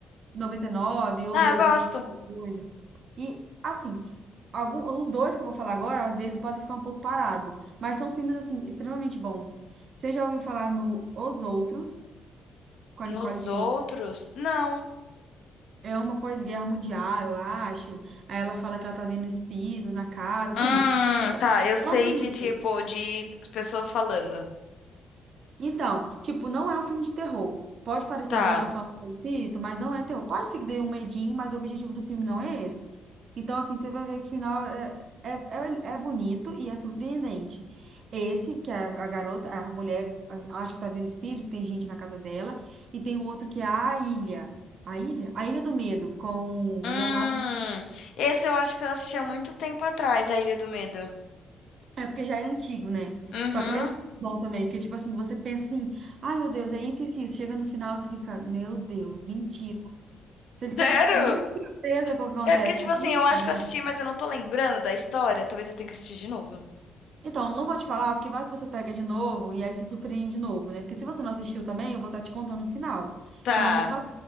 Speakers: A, on the right (about 55°); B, on the left (about 75°).
A: noventa e nove ou
B: Ah,
A: 2000
B: eu gosto.
A: e coisa. E, assim, algum, os dois que eu vou falar agora, às vezes podem ficar um pouco parado, mas são filmes, assim, extremamente bons. Você já ouviu falar no Os Outros, com
B: Nos
A: a Nicole
B: outros,
A: Kidman?
B: não.
A: É uma pós-guerra mundial, eu acho. Aí ela fala que ela tá vendo espírito na casa, assim.
B: Hum, tá, eu sei
A: Não vou
B: de
A: ler.
B: tipo, de pessoas falando.
A: Então, tipo, não é um filme de terror. Pode parecer
B: Tá.
A: por eu estar falando de espírito, mas não é terror. Pode ser que dê um medinho, mas o objetivo do filme não é esse. Então, assim, você vai ver que o final é, é, é, é bonito e é surpreendente. Esse, que é a garota, a mulher, a- acha que tá vendo espírito, tem gente na casa dela, e tem o outro que é a ilha. A ilha? A Ilha do Medo, com
B: Hum,
A: o Leonardo.
B: esse eu acho que eu assisti há muito tempo atrás, A Ilha do Medo.
A: É porque já é antigo, né?
B: Uhum.
A: Só que ele é muito bom também, porque, tipo assim, você pensa assim. Ai, meu Deus, é isso, isso, isso. Chega no final, você fica, meu Deus, mentira. Você fica
B: <laughs> Sério?
A: muito surpresa com o que acontece.
B: É porque, tipo
A: Porque
B: assim,
A: você não espera.
B: eu acho que eu assisti, mas eu não tô lembrando da história. Talvez eu tenha que assistir de novo.
A: Então, eu não vou te falar, porque vai que você pega de novo e aí se surpreende de novo, né? Porque se você não assistiu também, eu vou estar te contando o final.
B: Tá,
A: Então, eu não vou falar.